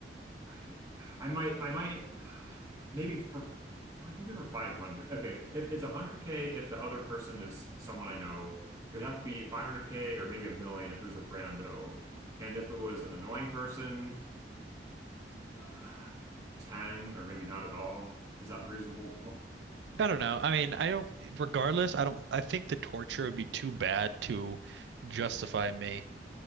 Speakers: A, on the right; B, on the right.
A: I I might I might maybe for fi- maybe for 500. Okay, if it's 100K if the other person is someone I know. It would have to be 500K or maybe a million if it was a rando. And if it was an annoying person, uh, maybe 10 or maybe not at all. Is that reasonable? <laughs>
B: I don't know. I mean, I don't, regardless, I don't, I think the torture would be too bad to justify me